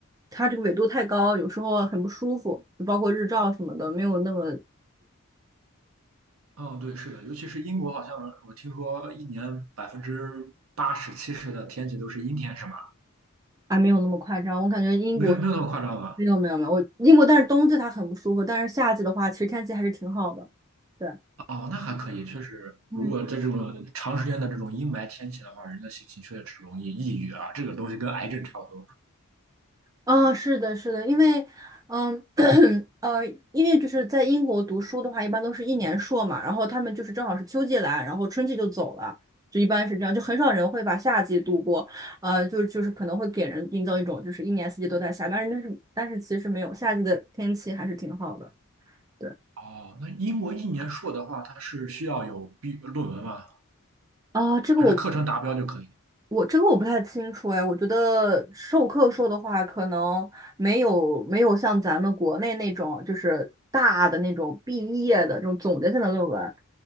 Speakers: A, on the right; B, on the right.
A: 它这个纬度太高，有时候很不舒服，就包括日照什么的，没有那么
B: 嗯，对，是的，尤其是英国，好像我听说一年百分之八十、七十的天气都是阴天，是吗？
A: 啊，没有那么夸张。我感觉英国
B: 没有没有那么夸张吧？
A: 没有没有没有，我英国但是冬季它很不舒服，但是夏季的话，其实天气还是挺好的。对。
B: 哦，那还可以，确实，
A: 嗯，
B: 如果在这种长时间的这种阴霾天气的话，人的心情确实容易抑郁啊，这个东西跟癌症差不多。
A: 啊，是的，是的，因为，嗯，<clears throat> 呃，因为就是在英国读书的话，一般都是一年硕嘛，然后他们就是正好是秋季来，然后春季就走了，就一般是这样，就很少人会把夏季度过，呃，就就是可能会给人营造一种就是一年四季都在下，但是就是但是其实没有，夏季的天气还是挺好的。对。
B: 哦，那英国一年硕的话，它是需要有毕论文吗？
A: 啊，这个我
B: 还是课程达标就可以？
A: 我这个我不太清楚哎，我觉得授课说的话，可能没有没有像咱们国内那种就是大的那种毕业的这种总结性的论文，